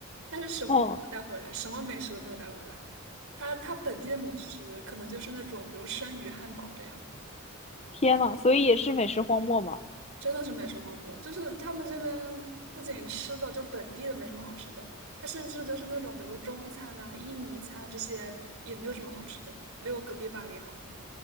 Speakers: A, on the right; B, on the left.
A: 但是什么都没有带回来，
B: 哦，
A: 什么美食都没有带回来。他他本地的美食可能就是那种，比如生鱼汉堡这样。
B: 天呐，所以也是美食荒漠吗
A: 真的是美食荒漠，就是他们这边不仅吃的，就本地的没什么好吃的，它甚至就是那种比如说中餐呐、印尼餐啊这些也没有什么好吃的，没有隔壁巴黎好。